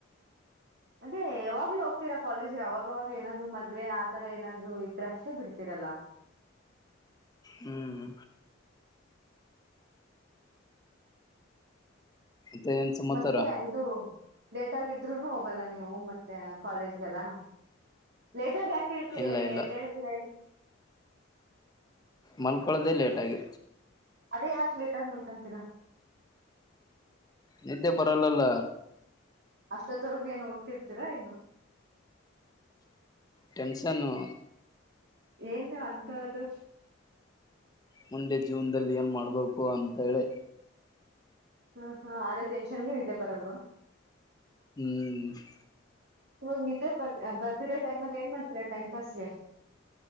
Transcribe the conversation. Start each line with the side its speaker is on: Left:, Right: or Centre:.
Right: ಅದೇ ಯಾವಾಗ್ಲೂ ಹೋಗ್ತೀರಾ ಕಾಲೇಜ್ಗೆ ಅವಾಗವಾಗ ಏನಾದ್ರು ಮದ್ವೆ ಆ ತರ ಏನಾದ್ರು ಇದ್ರೆ ಅಷ್ಟೇ ಬಿಡ್ತೀರಲ್ಲ
Left: ಹ್ಮ್ ಮತ್ತೆ ಏನ್ ಸಮಾಚಾರ
Right: ಮತ್ತೆ ಐದು ಲೇಟ್ ಆಗಿದ್ರುನು ಹೋಗಲ್ಲ ನೀವು ಮತ್ತೆ ಕಾಲೇಜ್ಗೆಲ್ಲ ಲೇಟ್ ಜಾಕಳ್ತಿ
Left: ಇಲ್ಲ ಇಲ್ಲ
Right: ಡೆಲ್ <unintelligible>
Left: ಮಲ್ಕೊಳ್ಳೋದೆೇ ಲೇಟಾಗಿ
Right: ಅದೇ ಯಾಕ ಲೇಟ್ ಆಗ ಮುಲ್ಕಂತೀರ
Left: ನಿದ್ದೆ ಬರಲ್ಲ ಅಲ್ಲ
Right: ಅಷ್ಟತ್ತವರ್ಗೂ ಏನ್ ಓದ್ತಿರ್ತೀರಾ ಏನು
Left: ಟೆನ್ಷನ್ನು
Right: ಏನ್ ಅಂತ್ದು
Left: ಮುಂದೆ ಜೀವನದಲ್ಲಿ ಏನ್ ಮಾಡ್ಬೇಕು ಅಂತೇಳಿ
Right: ಹ್ಮ ಹಾ ಆದ್ರೇ ಟೆನ್ಷನ್ಗೆ ಇದ್ದೆ ಬರಲ್ವಾ
Left: ಹ್ಮ್
Right: ಇವಾಗ ನಿದ್ದೆ ಬರ್ ಬರೋದಿರ ಟೈಮ್ ಅಲ್ಲಿ ಏನ್ ಮಾಡತೀರಾ ಟೈಮ್ ಪಾಸಗೆ